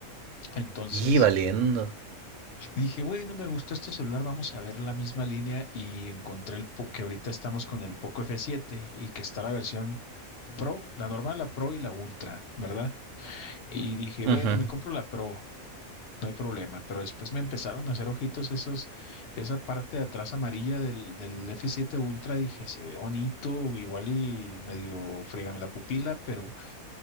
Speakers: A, on the left; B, on the right.
A: Entonces
B: y valiendo.
A: dije, bueno, me gustó este celular, vamos a ver la misma línea y encontré el po- que ahorita estamos con el Poco F7 y que está la versión Pro, la normal, la Pro y la Ultra, ¿verdad? Y dije,
B: Ujú.
A: bueno, me compro la Pro. No hay problema, pero después me empezaron a hacer ojitos esos, esa parte de atrás amarilla del, del f siete Ultra, dije, se ve bonito, igual y medio frígame la pupila, pero,